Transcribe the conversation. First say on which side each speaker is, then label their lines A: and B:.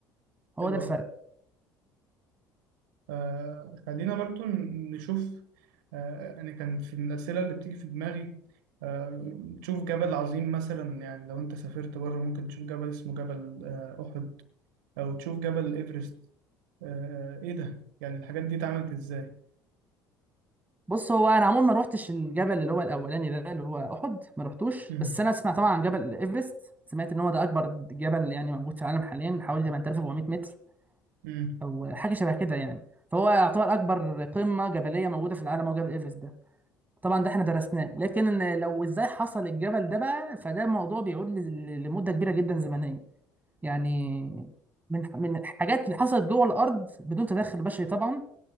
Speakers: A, on the right; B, on the right.
A: هو
B: حلو
A: ده الفرق
B: أوي آه، خلينا برضو ن- نشوف آه، أنا كان في الأسئلة اللي بتيجي في دماغي آه، تشوف جبل عظيم مثلا يعني لو أنت سافرت بره ممكن تشوف جبل اسمه جبل آه، أحد او تشوف جبل ايفرست آه آه، ايه ده يعني الحاجات دي اتعملت ازاي
A: بص هو انا عموما ما روحتش الجبل اللي هو الاولاني ده اللي هو احد ما روحتوش
B: امم
A: بس انا اسمع طبعا عن جبل ايفرست سمعت ان هو ده اكبر جبل يعني موجود في العالم حاليا حوالي 8400 متر
B: امم
A: او حاجه شبه كده يعني فهو يعتبر اكبر قمه جبليه موجوده في العالم هو جبل ايفرست ده طبعا ده احنا درسناه لكن إن لو ازاي حصل الجبل ده بقى فده موضوع بيعود ل- ل- لمده كبيره جدا زمنيه يعني من من الحاجات اللي حصلت جوه الارض بدون تدخل بشري طبعا